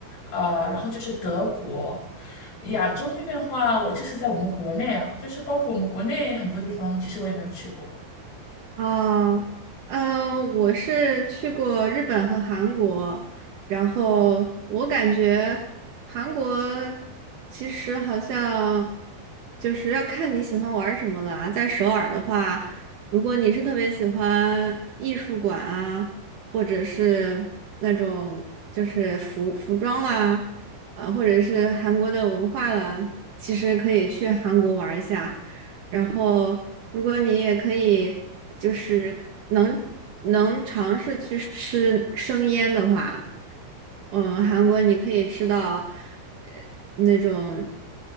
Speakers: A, on the left; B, on the right.
A: 呃，然后就是德国。亚洲那边的话，我就是在我们国内啊，就是包括我们国内很多地方，其实我也没有去过。
B: 啊，嗯，我是去过日本和韩国，然后我感觉韩国其实好像就是要看你喜欢玩什么了啊。在首尔的话，如果你是特别喜欢艺术馆啊，或者是那种就是服服装啦，啊，或者是韩国的文化啦，其实可以去韩国玩一下。然后，如果你也可以，就是能能尝试去吃生腌的话，嗯，韩国你可以吃到，呃，那种